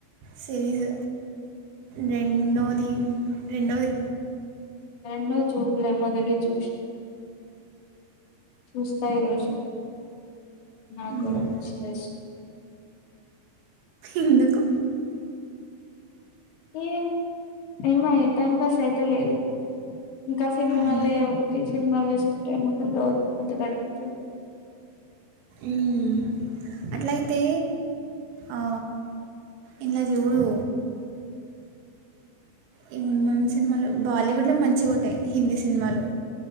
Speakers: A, on the right; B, on the left.
A: సరీస్ రెండోది రెండోది
B: రెండోది చూడలే మొదటిది చూసిన చూస్తా ఈరోోజు నాక్కూడా
A: మ్మ్.
B: పిచ్చి లేస్తుంది
A: ఎందుకు
B: ఏ ఏమై టైం పాస్ అయిత లేదు ఇంకా సినిమాలే
A: అవునా
B: ఒకటి సినిమాలు తీసుకుంటేముంది పొద్దు గడుపుతున్న
A: మ్ అట్లయితే అ ఏండ్లచుడు ఈమొన్న సినిమాలు బాలీవుడ్ల మంచిగుంటాయి హిందీ సినిమాలు